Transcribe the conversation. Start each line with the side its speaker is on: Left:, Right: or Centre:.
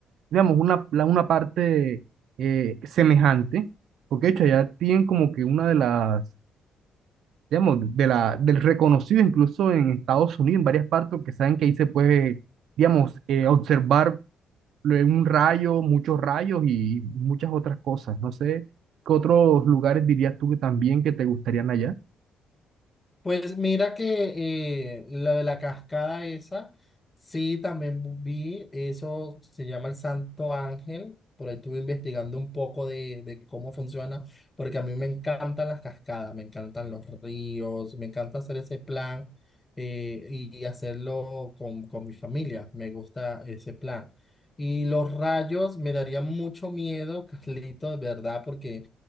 Right: digamos, una, la- una parte eh, semejante, porque de hecho allá tienen como que una de las, digamos, de la, del reconocido incluso en Estados Unidos, en varias partes, que saben que ahí se puede, digamos, eh, observar luego un rayo, muchos rayos y muchas otras cosas. No sé, ¿qué otros lugares dirías tú que también que te gustarían allá?
Left: Pues mira que eh, lo de la cascada esa, sí, también vi, eso se llama el Santo Ángel, por ahí estuve investigando un poco de, de cómo funciona, porque a mí me encantan las cascadas, me encantan los ríos, me encanta hacer ese plan eh, y, y hacerlo con, con mi familia, me gusta ese plan. Y los rayos me daría mucho miedo, <laughs> Carlito, de verdad, porque